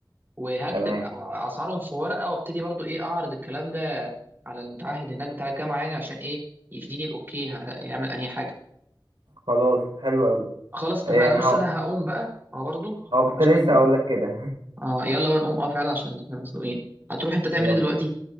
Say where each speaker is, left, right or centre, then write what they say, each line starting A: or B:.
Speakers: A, on the right; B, on the right.
A: وهكتب
B: تمام
A: اسعارهم في ورقه وابتدي برضو ايه اعرض الكلام ده على المتعهد هناك بتاع الجامعه يعني عشان ايه يديني الاوكي هيعمل انهي حاجه
B: خلاص حلو قوي
A: خلاص اتفقنا
B: انا
A: بص
B: هو
A: انا هقوم بقى اه برضو
B: هو كنت
A: عشان
B: لسه هقول لك كده
A: آه يلا بقى نقوم اه فعلا عشان احنا مزنوقين هتروح انت تعمل
B: <laughs> يلا
A: ايه دلوقتي